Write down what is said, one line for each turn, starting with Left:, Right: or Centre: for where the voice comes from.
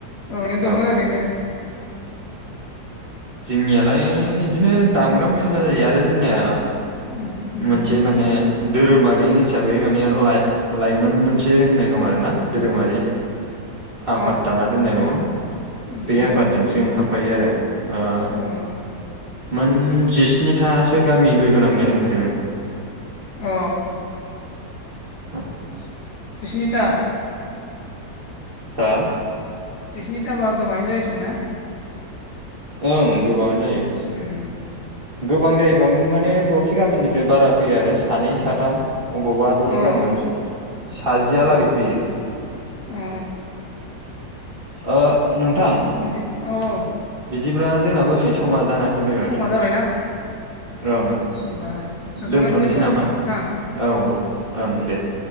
Left: अ यि दङ
Right: ओ
Left: ओरैनो
Right: जोंनियालाय गदिनो दामग्रा मेल्ला जायो आरो जोंनिया।
Left: उम उम
Right: मोनसे माने। धोरोमारि हिसाबै माने ला लाइमोन मोनसे होननाय दं आरोना धोरोमारि आफाद
Left: अ
Right: दाना दोननाय दङ
Left: उम
Right: बे आफादजोंसो ओंखारफायो आरो आं। ओ
Left: अ।
Right: मोन जिस्निथासो गामि लोगो नांनायनो ओंखारो ओं।
Left: अ।
Right: <inaudible>
Left: जिस्निता
Right: हा
Left: जिस्निथाबा गोबाङानो जायो संनो
Right: ओं गोबाङानो जायो
Left: ओम
Right: गोबां जायोबाबो माने दरसे गामिनिफ्राय बारा फैया आरो सानै साथाम अबावबा दरसे
Left: अ
Right: गामियाव सा जिया
Left: अ
Right: लागै फैयो
Left: अ
Right: ओ नोंथां
Left: बिदि औ औ
Right: बिदिब्ला जोंनाबो नै समा जाना फै फैबाय
Left: समा
Right: माथो
Left: जाबायना
Right: ओं-ओं
Left: होमबा दोनथ'लायनोसै
Right: दोन्थ'नोसै
Left: होमबा
Right: नामा
Left: ना
Right: औ-औ ओं दे